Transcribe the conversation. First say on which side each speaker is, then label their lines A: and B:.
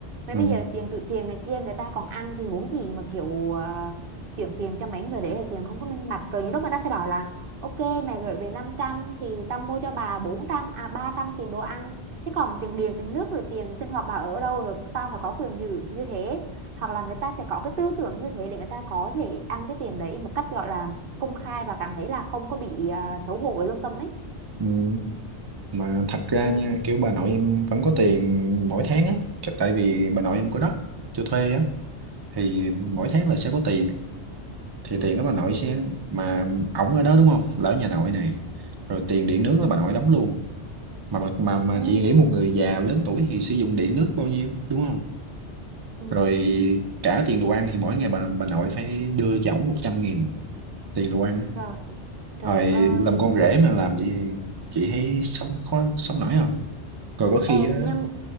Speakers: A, on the right; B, on the right.
A: mà
B: ừ.
A: bây giờ tiền từ thiện này kia người ta còn ăn thì huống gì mà kiểu ờ, chuyển tiền cho mấy người để là tiền không có minh bạch rồi những lúc người ta sẽ bảo là ok mày gửi về 500 thì tao mua cho bà bốn trăm à 300 tiền đồ ăn Thế còn tiền điện, tiền nước rồi tiền sinh hoạt bà ở đâu rồi tao phải có quyền giữ như thế. Hoặc là người ta sẽ có cái tư tưởng như thế để người ta có thể ăn cái tiền đấy một cách gọi là công khai và cảm thấy là không có bị à, xấu hổ với lương tâm ấy.
B: Ừ. mà thật ra
A: Ừ,
B: nha kiểu bà nội em vẫn có tiền mỗi tháng á Cái- tại vì bà nội em có đất cho thuê á thì mỗi tháng là sẽ có tiền thì tiền đó bà nội
A: ừ,
B: sẽ mà ổng ở đó đúng không là ở nhà nội nè rồi tiền điện nước là bà nội đóng luôn mà mà mà,
A: ừ,
B: chị nghĩ một người già lớn tuổi thì sử dụng điện nước bao nhiêu đúng không
A: ừ.
B: rồi cả tiền đồ ăn thì mỗi ngày bà bà nội phải đưa cho ổng 100 nghìn tiền đồ ăn á.
A: Rồi. Trời
B: rồi
A: ơi.
B: làm con rể mà làm gì chị thấy sống khó sống nổi không rồi có
A: Ê,
B: khi á
A: nhưng